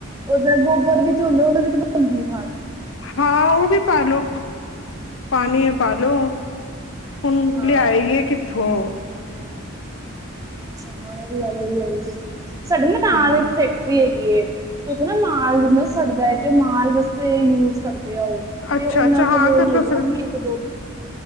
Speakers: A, on the right; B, on the left.
A: ਉਹਦੇ ਗੋਬਰ ਵੀ ਹੁੰਦਾ ਉਹਨੂੰ ਵੀ ਤਾਂ ਬ ਹਉਦੀ ਆ ਖਾਦ
B: ਹਾਂ ਉਹ ਵੀ ਪਾ--ਲੋ ਪਾਣੀ ਪਾਲੋ ਹੁਣ
A: ਹਾਂ
B: ਲਿਆਈਏ ਕਿੱਥੋਂ
A: ਅੱਛਾ ਹਾਂ ਇਹ ਵੀ ਗੱਲ ਹੋ ਹੈਹੀ ਕਿਤੇ ਸਾਡੇ ਨਾ ਨਾਲ
B: ਹਾਂ
A: ਇੱਕ ਫੈਕਟਰੀ ਹੈਗੀ ਏ ਤੇ ਉੱਥੇ ਨਾ ਮਾਲ ਜੀਵੇਂ ਸੜਦਾ ਏ ਤੇ ਮਾਲ ਵਾਸਤੇ ਯੂਜ ਕਰਦੇ ਆ ਉਹ ਤੇ
B: ਅੱਛਾ-ਅੱਛਾ
A: ਉਹਨਾਂ
B: ਹਾਂ
A: ਕੋਲੋਂ
B: ਤੇ
A: ਲੈ
B: ਤੁਸੀਂ
A: ਲਾਂਗੀ ਇੱਕ ਦੋ